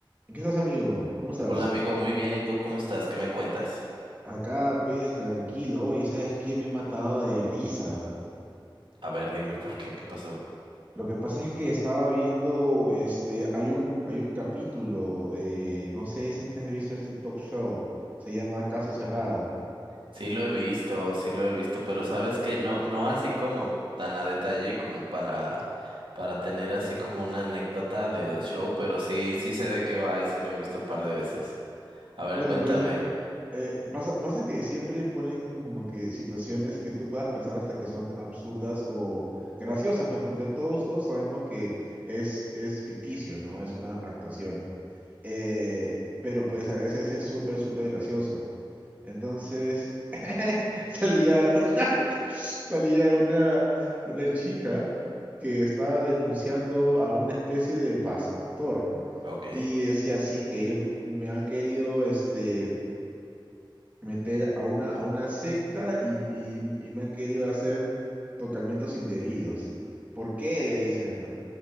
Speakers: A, on the right (about 20°); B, on the right (about 75°).
A: ¿En qué estás, amigo? ¿Cómo estás?
B: Hola amigo, muy bien. ¿Y tú cómo estás? ¿Qué me cuentas?
A: Acá, pues, tranquilo. Oye, ¿sabes qué? Me he matado de risa.
B: A ver, dime por qué, ¿qué pasó?
A: Lo que pasa es que estaba viendo, este, hay un, hay un capítulo, eh, no sé si es que has visto este talk show, se llama Caso Cerrado.
B: Sí lo he visto, sí lo he visto, pero sabes que no, no así como tan a detalle como para, para tener así como una anécdota del show, pero sí, sí sé de qué va y sí lo he visto un par de veces. A ver,
A: Bueno,
B: cuéntame.
A: pues, eh, pasa, pasa que siempre ponen como que situaciones que tú puedas pensar hasta que son absurdas o graciosas, pues, porque todos, todos sabemos que es, es ficticio, ¿no? Es una actuación. eh, pero pues a veces es súper, súper gracioso. Entonces, <laughs> salía una, <laughs> salía una, una chica que estaba denunciando a una especie de pastor
B: Ok.
A: y decía así que ellos me han querido este, meter a una, a una secta y, y, y me han querido hacer tocamientos indebidos. ¿Por qué? Le dicen, ¿no?